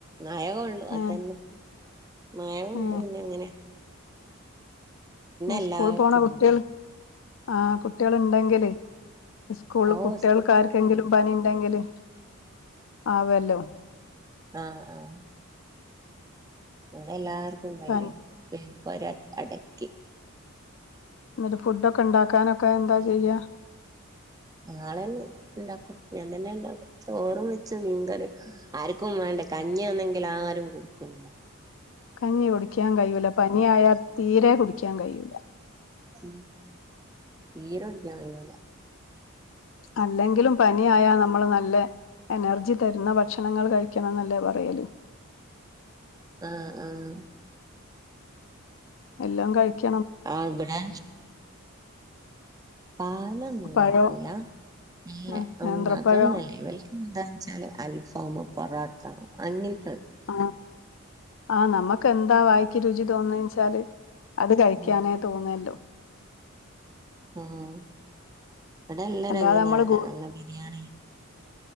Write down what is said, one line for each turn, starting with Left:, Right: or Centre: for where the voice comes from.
Right: മഴ കൊള്ളും അതെന്നെ
Left: ഏഹ്
Right: മഴകൊണ്ട്
Left: ഏഹ്
Right: പിന്നെ അങ്ങനെ
Left: പിന്നെ
Right: എല്ലാർക്കും
Left: സ്കൂൾ പോണ
Right: അങ്ങോട്ട്
Left: കുട്യൾ ആഹ് കുട്യൾണ്ടെങ്കില് സ്കൂൾൽ
Right: ഓ
Left: കുട്യാൾക്കാർക്കെങ്കിലും
Right: സ്കൂൾ പോയിട്ടാണ്
Left: പനിണ്ടെങ്കില് ആവല്ലോ
Right: ആഹ് ആഹ് ഇവടെ എല്ലാർക്കും പനിയ
Left: പനി
Right: പോര അടക്കി
Left: ന്ന്ട്ട് ഫുഡൊക്കെ ഉണ്ടാക്കാനൊക്കെ എന്താ ചെയ്യ
Right: നാളെന്നെ ഇണ്ടാക്കും ഞാൻ തന്നെ ഇണ്ടാക്കും ചോറും വെച്ച് മീൻകറിയും ആര്ക്കും വേണ്ട കഞ്ഞിയാന്നെങ്കിൽ ആരും കുടിക്കുന്നുല്ല
Left: കഞ്ഞി കുടിക്കാൻ കഴിയൂല പനിയായാ തീരെ കുടിക്കാൻ കഴിയൂല
Right: ഉം തീരേകുടിക്കാൻ കയിയൂല
Left: അല്ലെങ്കിലും പനിയായാ നമ്മള് നല്ലെ എനർജി തരുന്ന ഭക്ഷണങ്ങൾ കഴിക്കണം എന്നല്ലേ പറയല്
Right: ആഹ് ആഹ്
Left: എല്ലോം കഴിക്കി
Right: ആഹ് ഇബടെ പാലൊന്നും
Left: പഴം
Right: കയിക്കൂല നല്ലെ
Left: ആഹ് നേന്ത്രപ്പഴം
Right: ഉം അതൊന്നുഅല്ല ഇവൽ എന്താന്ന് വെച്ചാല് അൽഫാം പൊറാട്ട അങ്ങന ത്തത്
Left: ആഹ് ആ നമ്മക്കെന്താ വായിക്ക് രുചി തോന്നെച്ചാല് അത് കഴിക്കാനേ
Right: ഉം
Left: തോന്നല്ലോ
Right: ഉം ഇവിടെല്ലരും
Left: അല്ലാതെ
Right: അങ്ങനെയാ
Left: നമ്മള്
Right: പറയാ
Left: ഗു
Right: നല്ല ബിരിയാണി